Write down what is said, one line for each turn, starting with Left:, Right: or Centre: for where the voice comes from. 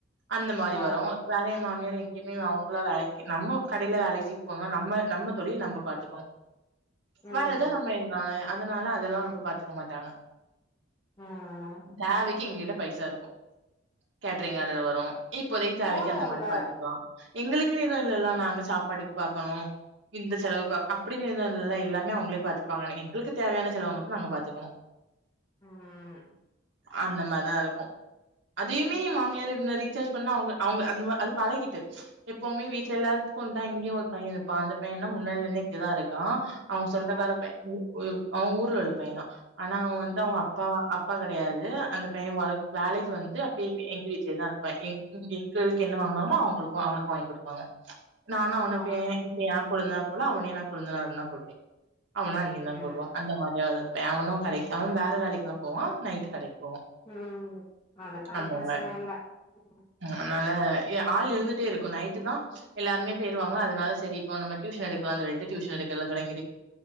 Right: அந்த மாரி
Left: ஆ
Right: வரு வேற எ மாமியாரு எங்கேயுமே அவ்ங் களா வேலைக்கு நம்ம கடைல வேலைக்கு போணு நம்ம நம்ம தொழில் நம்ம பாத்துக்கணு
Left: ம்
Right: வரத நம்ம எதுனால அதனால அதெல்லா ரொம்ப பாத்துக்க மாட்டாங்க
Left: ம்
Right: தேவைக்கு எங்ககிட்ட பைசா இருக்கு கேட்ரிங் ஆர்டர் வரு இப்போதைக்கு தேவைக்கு
Left: போதுல்ல
Right: அந்த மாரி பாத்துக்குறோ எங்களுக்குன்னு எதுவு இல்லல்ல நாங்க சாப்பாடுக்கு பாக்கணு இந்த செலவுக அப்டினு எதுவு இல்ல எல்லாமே அவ்ங்களே பாத்துப்பாங்கனே எங்களுக்கு தேவையான செலவ மட்டு நாங்க பாத்துக்கணு
Left: ம்
Right: அந்த மார் தா இருக்கு அதையுமே எ மாமியாரு என்ன ரீசார்ஜ் பண்ணா அவ்ங்க அவ்ங்க அந்த மார் அது பழகிட்டு எப்பவுமே வீட்ல எல்லார்த்துக்குந் தா இங்கயு ஒரு பைய இருப்பா அந்த பையன்னா முன்னாடில இருந்தே இங்கதா இருக்கா அவ்ங்க சொந்தக்கார
Left: ஆ
Right: பைய ம் உ அவ்ங்க ஊர்ல உள்ள பையந்தா ஆனா அவ்ங்க வந்து அவ்ங்க
Left: ஆ
Right: அப்பா அப்பா கட் கெடையாது அந்த பைய வொல் வேலைக்கு வந்துட்டு அப்டி இப்டி எங்க வீட்லே தா இருப்பா <inaudible> எங்களுக்கு என்ன வாங்குனாலு அதா அவ்ங்களுக்கு அவனுக் கு வாங்கி குடுப்பாங்க நானு அவன
Left: ஆ
Right: இப்பே இப்ப ஏ கொழுந்தனார் போல அவனயு நா கொழுந்தனாருந்தா கூப்டுவே அவனு அண்ணின் தா
Left: ம்
Right: கூப்டுவா அந்த மாதிரியா இருப்பே அவனு கடைக் அவனு வேற வேலைக்குத்தான் போவா நைட்டு கடைக்கு போவா
Left: ம் அதனால
Right: அந்த
Left: பிரச்சன
Right: மாரி
Left: இல்ல
Right: ம் னால ஏ ஆள் இருந் க்கு நைட்டு தா எல்லாருமே போய்ருவாங்க அதனால செரி இப்போ நம்ம டியூஷன் எடுக்லான் சொல்லிட்டு டியூஷன் எடுக்கெல்லா தொடங்கிரு